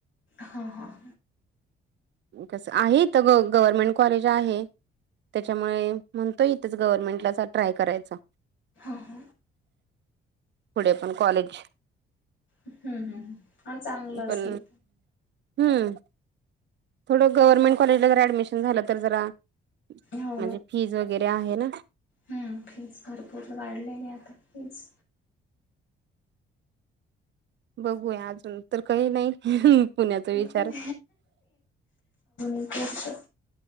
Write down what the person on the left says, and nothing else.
हां हां.
हां.
ह्म्म ह्म्म पण चांगलं असेल.
हो
हम्म फीज भरपूर वाढलेले आहे फीज.
अजून एक वर्ष